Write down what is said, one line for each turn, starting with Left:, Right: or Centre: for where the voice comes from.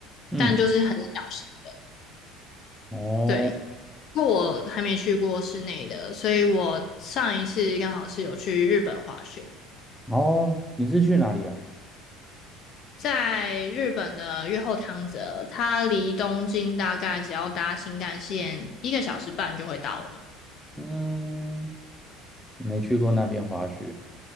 Centre: 嗯，
Left: 但就是很小型的。
Centre: 哦，
Left: 对。不过我还没去过室内的，所以我上一次刚好是有去日本滑雪，
Centre: 哦，你是去哪里啊？
Left: 在日本的越后汤泽，它离东京大概只要搭新干线一个小时半就会到了。
Centre: 嗯，没去过那边滑雪，